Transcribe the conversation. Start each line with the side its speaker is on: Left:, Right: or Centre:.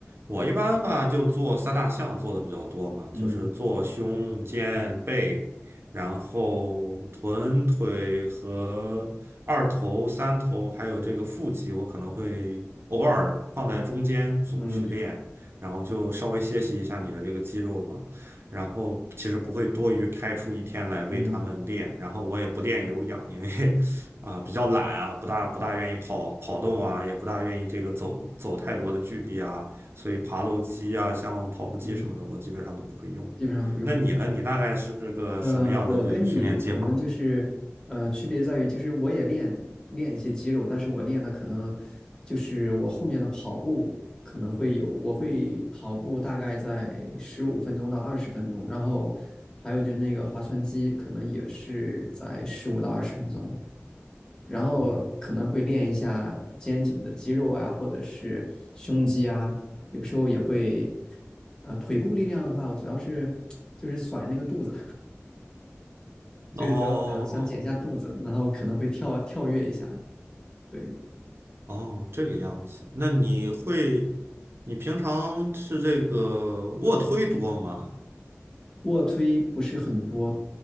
Right: 我一般吧就做三大项做的比较多嘛，
Left: 嗯
Right: 就是做胸、肩、背，然后臀、腿和二头、三头，还有这个腹肌，我可能会偶尔放在中间组去练，
Left: 嗯
Right: 然后就稍微歇息一下你的这个肌肉嘛。然后其实不会多余开出一天来为他们练，
Left: 嗯
Right: 然后我也不练有氧，因为 <laughs> 啊，比较懒啊，不大不大愿意跑跑动啊，也不大愿意这个走走太多的距离啊，所以爬楼机啊，像跑步机什么的，
Left: 嗯，
Right: 我基本上都不会用。
Left: 基本上不用。
Right: 那你呢？你大概是个什么样的训练计划呢
Left: 嗯、呃我跟你可能就是，呃，区别在于，就是我也练练一些肌肉，但是我练的可能就是我后面的跑步可能会有，我会跑步大概在十五分钟到二十分钟，然后还有就那个划船机可能也是在十五到二十分钟，然后可能会练一下肩颈的肌肉啊，
Right: 嗯，
Left: 或者是胸肌啊，有时候也会，呃，腿部力量的话，我主要是 <tsk> 就是甩那个肚子。就是只要想想减一下肚子，
Right: 哦
Left: 然后可能会跳跳跃一下。对，
Right: 哦，这个样子。那你会，你平常是这个卧推多吗？
Left: 卧推不是很多，